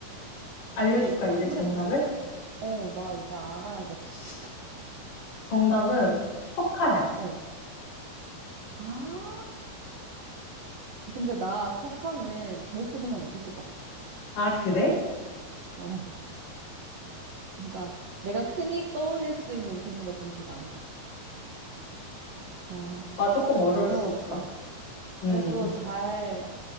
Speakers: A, on the left (about 85°); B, on the right (about 65°).
A: 알려줄까,
B: 그
A: 이제
B: 근데
A: 정답을?
B: 어 나 이제 알아야겠어.
A: 정답은 쿼카야.
B: <laughs> 어. 아 아, 근데 나 쿼카는 절대 생각 못했을 것 같아.
A: 아, 그래?
B: 어, 그러니까 내가 흔히 떠올릴 수 있는 동물의 범주가 아닌 것 같아. 와,
A: 아, 조금 어려울
B: 어려웠다.
A: 수 있어. 음,
B: 그래도 잘